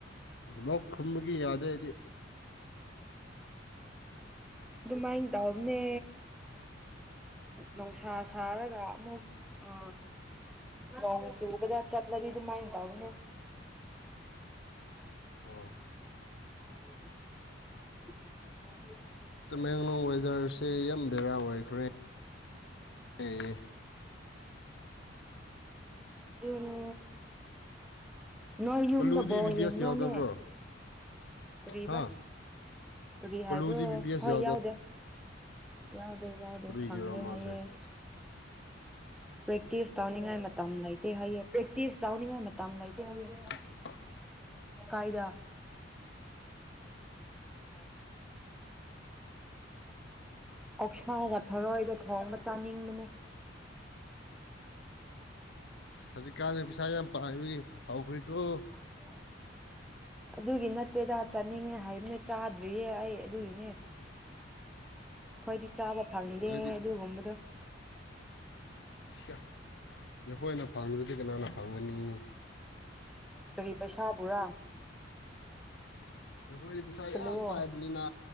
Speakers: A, on the left; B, in the centre.
A: ꯂꯣꯛ ꯊꯨꯝꯕꯒꯤ ꯌꯥꯗꯦ ꯍꯥꯏꯗꯤ
B: ꯑꯗꯨꯃꯥꯏꯅ ꯇꯧꯅꯦ ꯅꯨꯡꯁꯥ ꯁꯥꯔꯒ ꯑꯃꯨꯛ ꯑ ꯅꯣꯡ ꯆꯨꯕꯥꯗ ꯆꯠꯂꯗꯤ ꯗꯨꯃꯥꯥꯏ ꯇꯕꯅꯦ
A: ꯑꯣ
B: <inaudible>
A: ꯇꯃꯦꯡꯂꯣꯡ ꯋꯦꯗꯔꯁꯦ ꯌꯥꯝ ꯕꯦꯔꯥ ꯑꯣꯏꯈ꯭ꯔꯦ
B: <inaudible>
A: ꯑꯦ
B: ꯑꯗꯨꯅꯤ ꯅꯣꯏ ꯌꯨꯝꯗ
A: ꯀꯜꯂꯨꯗꯤ
B: ꯕꯣꯜ
A: ꯕꯤ ꯕꯤ
B: ꯌꯦꯡꯕ꯭ꯔꯥꯅꯦ
A: ꯑꯦꯁ ꯌꯥꯎꯗꯕ꯭ꯔꯣ
B: ꯀꯔꯤꯕ
A: ꯍꯥ
B: ꯀꯔꯤ ꯍꯥꯏꯕ꯭ꯔꯣ
A: ꯀꯜꯂꯨꯗꯤ ꯕꯤ ꯕꯤ ꯑꯦꯁ
B: ꯍꯣꯏ
A: ꯌꯥꯎꯗꯕ꯭ꯔꯣ
B: ꯌꯥꯎꯗꯦ ꯌꯥꯎꯗꯦ ꯌꯥꯎꯗꯦ
A: ꯀꯔꯤꯒꯤꯔꯣ
B: ꯁꯪꯗꯦ
A: ꯃꯥꯁꯦ
B: ꯍꯥꯏꯌꯦ
A: <inaudible>
B: ꯄ꯭ꯔꯦꯛꯇꯤꯁ ꯇꯧꯅꯤꯡꯉꯥꯏ ꯃꯇꯝ ꯂꯩꯇꯦ ꯍꯥꯏꯑꯦ ꯄ꯭ꯔꯦꯛꯇꯤꯁ ꯇꯧꯅꯤꯡꯉꯥꯏ ꯃꯇꯝ ꯂꯩꯇꯦ ꯍꯥꯏꯑꯦ
A: <inaudible>
B: ꯀꯥꯏꯗ <inaudible> <inaudible> ꯑꯣꯛꯁꯥꯒ ꯊꯔꯣꯏꯗ ꯊꯣꯡꯕ ꯆꯥꯅꯤꯡꯕꯅꯦ
A: ꯍꯧꯖꯤꯛꯀꯥꯟꯁ ꯄꯩꯁꯥ ꯌꯥꯝ ꯄꯥꯌꯥꯏꯕꯥꯒꯤ ꯐꯥꯎꯈ꯭ꯔꯤꯀꯣ
B: <inaudible> ꯑꯗꯨꯒꯤ ꯅꯠꯇꯦꯗ ꯆꯥꯅꯤꯡꯉꯦ ꯍꯥꯏꯕꯅꯦ ꯆꯥꯗ꯭ꯔꯤꯌꯦ ꯑꯩ ꯑꯗꯨꯒꯤꯅꯦ ꯈꯣꯏꯗꯤ ꯆꯥꯕ ꯐꯪꯗꯦ
A: ꯍꯥꯏꯗꯤ
B: ꯑꯗꯨꯒꯨꯝꯕꯗꯣ
A: ꯁꯤꯌ ꯅꯈꯣꯏꯅ ꯐꯪꯗ꯭ꯔꯗꯤ ꯀꯅꯥꯅ ꯐꯪꯒꯅꯤ
B: ꯀꯔꯤ ꯄꯩꯁꯥ ꯕꯨꯔꯥ
A: ꯅꯈꯣꯏꯗꯤ ꯄꯩꯁꯥ ꯌꯥꯝ
B: ꯍꯜꯂꯣ
A: ꯄꯥꯏꯕꯅꯤꯅ